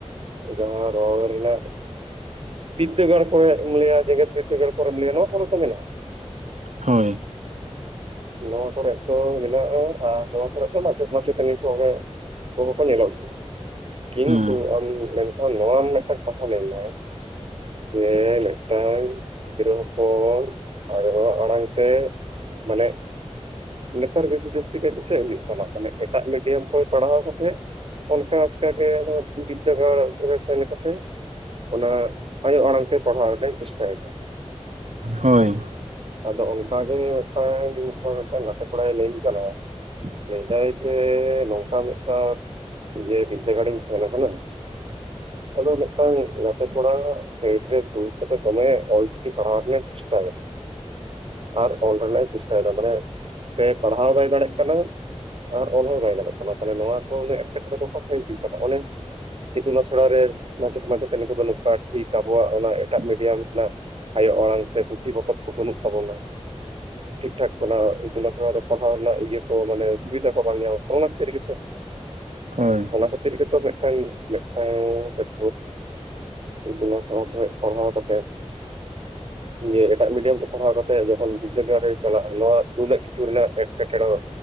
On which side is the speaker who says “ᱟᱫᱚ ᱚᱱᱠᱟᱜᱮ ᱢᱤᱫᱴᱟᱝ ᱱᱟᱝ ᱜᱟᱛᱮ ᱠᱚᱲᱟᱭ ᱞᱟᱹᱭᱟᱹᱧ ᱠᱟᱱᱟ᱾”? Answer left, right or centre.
Right